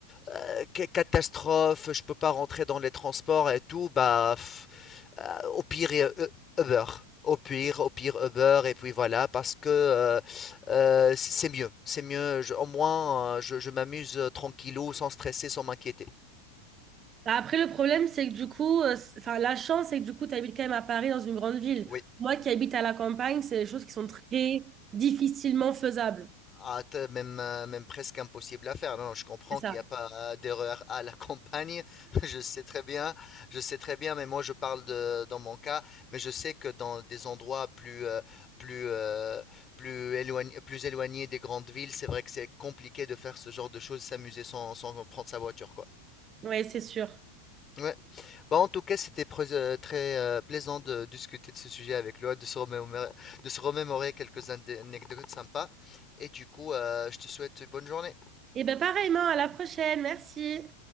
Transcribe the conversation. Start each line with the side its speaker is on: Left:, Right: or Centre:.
Left: Heu, catastrophe, je peux pas rentrer dans les transports et tout, bah, heu, au pire et Uber. Au pire au pire Uber et puis voilà parce que, heu heu, c'est mieux, c'est mieux, je au moins, heu, je je m'amuse euh, tranquillou, sans stresser, sans m'inquiéter.
Right: Bah, Après, le problème, c'est que du coup, euh, c'est- enfin, la chance, c'est que du coup, tu habites quand même à Paris, dans une grande ville.
Left: Oui.
Right: Moi qui habite à la campagne, c'est des choses qui sont très difficilement faisables.
Left: Ah, t'as même, euh, même presque impossible à faire. Non, non, je comprends
Right: C'est ça.
Left: qu'il n'y a pas euh, d'erreur à la campagne. <laughs> Je sais très bien, je sais très bien, mais moi je parle de, dans mon cas, mais je sais que dans des endroits plus, euh, plus, euh, plus éloignés, plus éloignés des grandes villes, c'est vrai que c'est compliqué de faire ce genre de choses, s'amuser sans, sans prendre sa voiture, quoi.
Right: Oui, c'est sûr.
Left: Ouais. Bah, en tout cas, c'était pré- euh, très euh, plaisant de discuter de ce sujet avec Loa, de se remémorer, de se remémorer quelques indé- anecdotes sympas. Et du coup, euh, je te souhaite une bonne journée.
Right: Et bien pareillement, à la prochaine, merci.